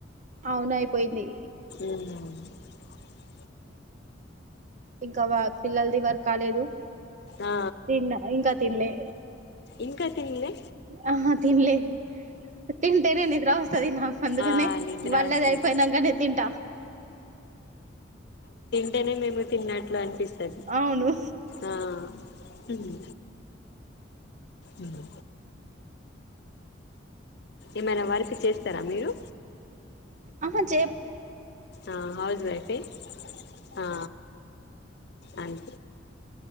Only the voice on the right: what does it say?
అవును అయిపో పోయింది
ఇంకా వా పిల్లలది వర్క్ కాలేదు
తిన్నా ఇంకా తిన్లే
ఆ తినలే తింటేనే నిద్ర వస్తాది నాకు అందుకనే
వాళ్ళది
అయిపోయినాక నేను తింటా
అవును
ఆహా చేయము